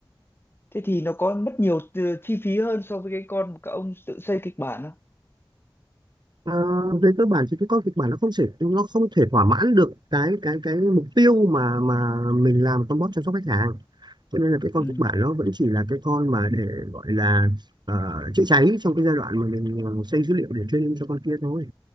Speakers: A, on the left; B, on the right.
A: Thế thì nó có mất nhiều ờ, chi phí hơn so với cái con mà các ông tự xây kịch bản
B: Ờ, về cơ bản thì cái con kịch bản nó không thể nó không thể thỏa mãn được cái cái cái mục tiêu mà mà mình làm con bot chăm sóc khách hàng cho nên là cái con
A: không?
B: kịch bản nó vẫn chỉ là cái con mà để gọi là ờ, chữa cháy trong cái giai đoạn mà mình ờ, xây dữ liệu để training cho con kia thôi